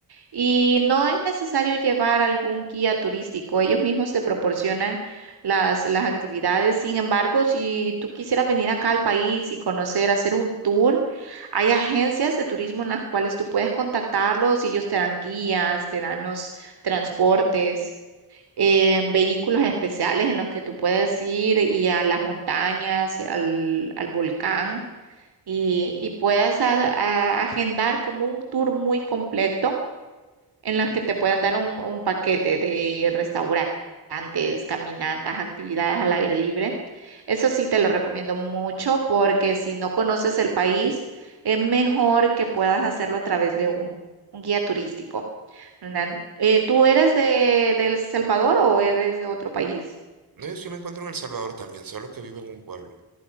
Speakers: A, on the right; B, on the right.
A: y no es necesario llevar algún guía turístico, ellos mismos te proporcionan las, las actividades, sin embargo, si tú quisieras venir acá al país y conocer, hacer un tour, hay agencias de turismo en las cuales tú puedes contactarlos y ellos te dan guías, te dan los transportes, eh, vehículos especiales en los que tú puedes ir y a las montañas, al, al volcán y, y puedes a- a- agendar como un tour muy completo en las que te puedan dar un, un paquete de restaurantes, caminatas, actividades al aire libre. Eso sí te lo recomiendo mucho porque si no conoces el país, es mejor que puedas hacerlo a través de un, un guía turístico, ¿verdad? Eh, ¿tú eres de, de El Salvador o eres de otro país?
B: No, yo sí me encuentro en El Salvador también, solo que vivo en un pueblo.